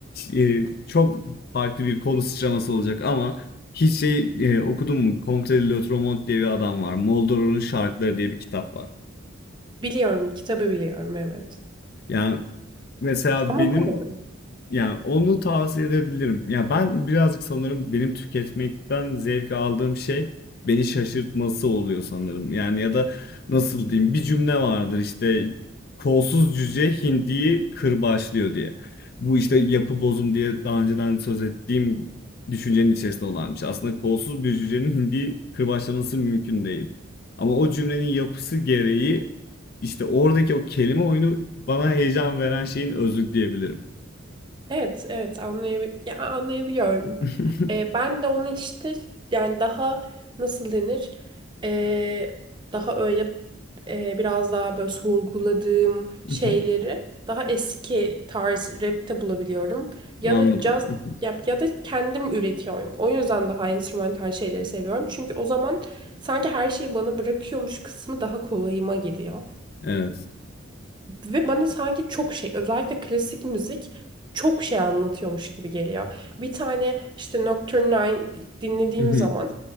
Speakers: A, on the left (about 50°); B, on the right (about 20°).
A: e, çok farklı bir konu sıçraması olacak ama hiç şey e, okudun mu? Comte de Tromont diye bir adam var. Moldoro'nun Şarkıları diye bir kitap var.
B: Biliyorum, kitabı biliyorum evet.
A: Yani mesela
B: Ama
A: benim
B: okumadım.
A: Yani onu tavsiye edebilirim. Ya ben birazcık sanırım benim tüketmekten zevk aldığım şey beni şaşırtması oluyor sanırım. Yani ya da nasıl diyeyim bir cümle vardır işte kolsuz cüce hindiyi kırbaçlıyor diye. Bu işte yapı bozum diye daha önceden söz ettiğim düşüncenin içerisinde olan bir şey. Aslında kolsuz bir cücenin hindiyi kırbaçlaması mümkün değil. Ama o cümlenin yapısı gereği işte oradaki o kelime oyunu bana heyecan veren şeyin özü diyebilirim.
B: Evet, evet anlayabil ya, anlayabiliyorum.
A: <laughs>
B: Ee, ben de onu işte yani daha nasıl denir? Ee, daha öyle e, biraz daha böyle sorguladığım şeyleri
A: Hı hı,
B: daha eski tarz rapte bulabiliyorum. Ya
A: Anladım.
B: da caz
A: Hı
B: ya, ya da kendim üretiyorum. O yüzden daha enstrümantal şeyleri seviyorum. Çünkü o zaman sanki her şeyi bana bırakıyormuş kısmı daha kolayıma gidiyor.
A: Evet.
B: Ve bana sanki çok şey özellikle klasik müzik çok şey anlatıyormuş gibi geliyor. Bir tane işte Nocturne Nine dinlediğim
A: Hı hı,
B: zaman